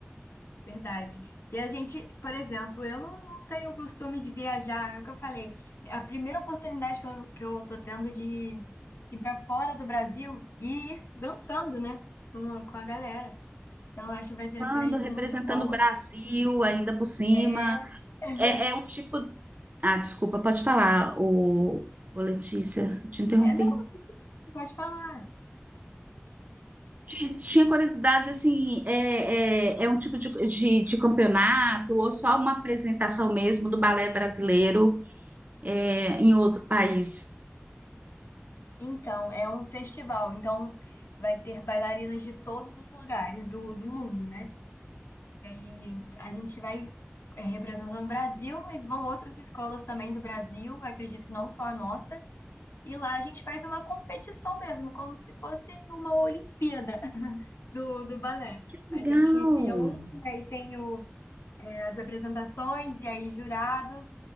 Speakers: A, on the left (about 60°); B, on the right (about 35°).
A: Verdade. E a gente, por exemplo, eu não, não tenho o costume de viajar, é o que eu falei. A primeira oportunidade que eu, que eu tô tendo de ir para fora do Brasil e ir dançando, né, com, a- com a galera. Então, eu acho que vai ser uma
B: Ando
A: experiência
B: representando
A: muito boa.
B: o Brasil ainda por cima.
A: É, <laughs>
B: É, é um tipo... Ah, desculpa, pode falar, o, o Letícia, te interrompi.
A: é não, é isso pode falar.
B: Ti- Tinha curiosidade, assim, é, é, é um tipo de, de, de campeonato ou só uma apresentação mesmo do balé brasileiro é, em outro país?
A: Então, é um festival, então vai ter bailarinas de todos os lugares do, do mundo, né? E a gente vai é, representando o Brasil, mas vão outras escolas também do Brasil, acredito que não só a nossa. E lá a gente faz uma competição mesmo, como se fosse uma Olimpíada <laughs> do, do balé.
B: Que legal!
A: A gente se reúne, aí tem o, é, as apresentações, e aí jurados,